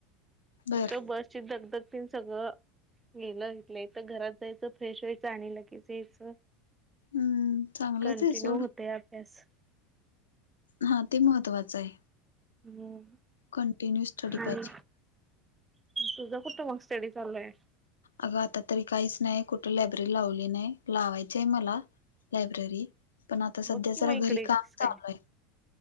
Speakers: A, on the left (about 80°); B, on the right (about 20°).
A: बर
B: फक्त बसची दगदग तेन सगळं गेलं इथल्या इथं घरात जायचं फ्रेश व्हायचं आणि लगेच यायचं.
A: हम्म चांगलंच
B: कंटिन्यू
A: आहे सोड
B: होतोय अभ्यास.
A: हा ते महत्वाचं आहे.
B: हम्म
A: कंटिन्यू स्टडी
B: आणि
A: पाहिजे.
B: तुझा कुठं मग स्टडी चालू आहे?
A: अगं आता तरी काहीच नाही कुठे लायब्ररी लावली नाही लावायचं आहे मला लायब्ररी पण आता
B: बघ
A: सध्या
B: की मग
A: जरा
B: इकडे
A: घरी
B: येतीस
A: काम
B: काय
A: चालू आहे.